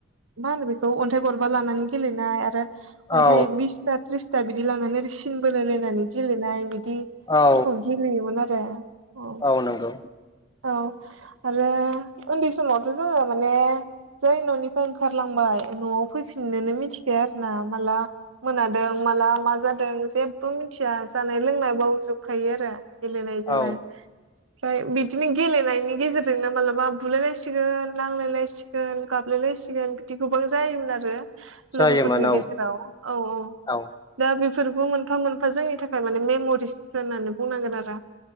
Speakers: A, on the right; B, on the left.
A: मा होनो बेखौ अन्थाइ गरबा लानानै गेलेनाय आरो
B: औ
A: अन्थाइ बिसथा थ्रिस दा बिदि लानानै ओ सिन बोलायलायनानै गेलेनाय बिदिफोरखौ
B: औ
A: गेलेयोमोन आरो अ
B: औ नंगौ
A: औ आरो उन्दै समावथ' जोङो माने जै न'निफ्राय ओंखारलांबाय न'आव फैफिननोनो मिथिखाया आरो ना माला मोनादों माला मा जादों जेबो मिथिया जानाय लोंनाय बावजोबखायो आरो गेलेनायजोंनो
B: औ
A: ओमफ्राय बिदिनो गेलेनायनि गेजेरजोंनो मालाबा बुलायलायसिगोन लांलायलायसिगोन गाब यलायसिगोन बिदि गोबां जायोमोन आरो
B: जायोमोन
A: लोगोफोरनि
B: औ
A: गेजेराव औ-औ
B: औ
A: दा बे बेफोरबो मोनफा मोनफा जोंनि थाखाय माने मेम'रिस होननानै बुंनांगोन आरो